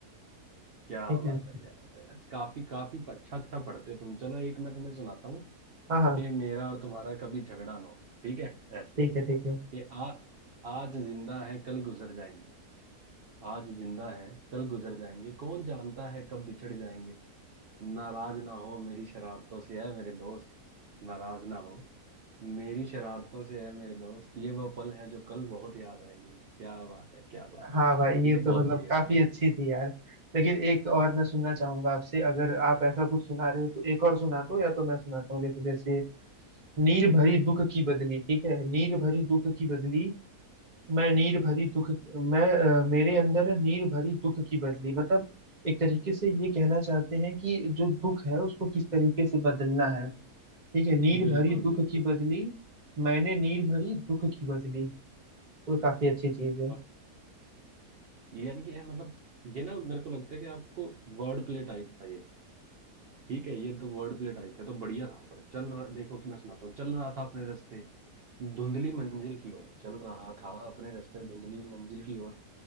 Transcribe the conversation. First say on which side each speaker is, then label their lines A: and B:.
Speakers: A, on the right (about 70°); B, on the right (about 35°).
A: क्या
B: ठीक
A: बात
B: है
A: है यार तो यार काफी काफी अच्छा अच्छा पढ़ते हो तुम चलो एक मैं तुम्हें सुनाता हूँ
B: हाँ हाँ
A: कि मेरा और तुम्हारा कभी झगड़ा ना हो ठीक है ऐसे
B: ठीक है ठीक है
A: कि आ आज जिंदा है कल गुजर जाएंगे आज जिंदा है कल गुजर जाएंगे कौन जानता है कब बिछड़ जाएंगे नाराज ना हो मेरी शरारतों से है मेरे दोस्त नाराज ना हो मेरी शरारतों से है मेरे दोस्त ये वो पल हैं जो कल बहुत याद आएंगे क्या बात है क्या बात
B: हाँ
A: है
B: भाई ये
A: ये तो
B: तो
A: बहुत
B: मतलब
A: बढ़िया
B: काफी
A: थी यार
B: अच्छी थी यार लेकिन एक और मैं सुनना चाहूंगा आपसे अगर आप ऐसा कुछ सुना रहे हो तो एक और सुना दो या तो मैं सुनाता हूँ देखो जैसे नीर भरी दुख की बदली ठीक है नीर भरी दुख की बदली मैं नीर भरी दुख मैं अ, मेरे अंदर नीर भरी दुख की बदली मतलब एक तरीके से ये कहना चाहते हैं कि जो दुख है उसको किस तरीके से बदलना है ठीक है नीर
A: बिल्कुल
B: भरी दुख
A: बिल्कुल
B: की बदली मैंने नीर भरी दुख की बदली तो काफी अच्छी चीज है
A: ओके ये यानी कि है मतलब ये ना मेरे को लगता है कि आपको वर्ड प्ले टाइप था ये ठीक है ये तो वर्ड प्ले टाइप था तो बढ़िया था पर चल रहा देखो कि मैं सुनाता हूँ चल रहा था अपने रास्ते धुंधली मंजिल की ओर चल रहा था अपने रास्ते धुंधली मंजिल की ओर